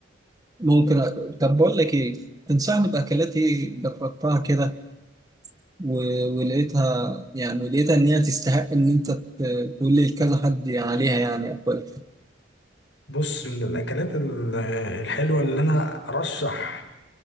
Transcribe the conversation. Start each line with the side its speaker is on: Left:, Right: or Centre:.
Right: ممكن أ... طب بقول لك إيه تنصحني بأكلات إيه جربتها كده و- ولقيتها يعني لقيتها ان هي تستحق ان انت ت- تقول لي كذا حد عليها يعني اكلها
Left: بص من الأكلات ال- الحلوة اللي أنا أرشح